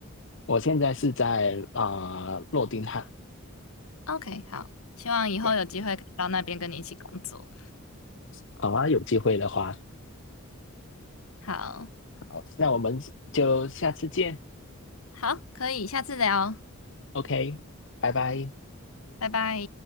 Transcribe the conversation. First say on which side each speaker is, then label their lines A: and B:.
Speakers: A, on the left (about 55°); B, on the left (about 75°).
A: 我现在是在啊、呃诺丁汉，
B: ？OK，好，希望以后有机会可以到那边跟你一起工作。
A: 对，好啊，有机会的话。
B: 好，
A: 好，那我们就下次见
B: 好，可以，下次聊，
A: ，OK，拜拜。
B: 拜拜。